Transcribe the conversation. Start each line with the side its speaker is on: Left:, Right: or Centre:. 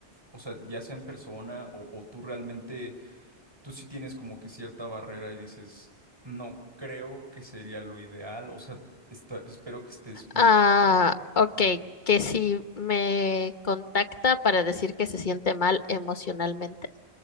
Right: O sea, ya sea en persona o o tú realmente tú sí tienes como que cierta barrera y dices, no creo que sería lo ideal, o sea, esta- espero que estés mejor,
Left: Ah,
Right: pero
Left: okay,
Right: no.
Left: que si me contacta para decir que se siente mal emocionalmente.